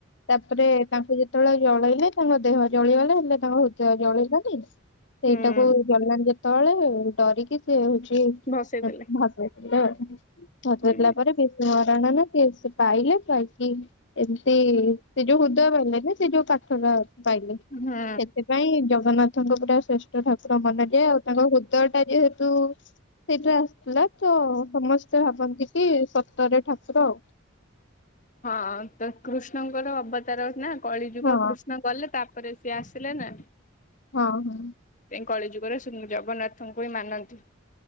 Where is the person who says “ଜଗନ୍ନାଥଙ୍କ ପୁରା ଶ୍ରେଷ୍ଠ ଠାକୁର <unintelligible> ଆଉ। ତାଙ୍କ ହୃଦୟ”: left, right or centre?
Left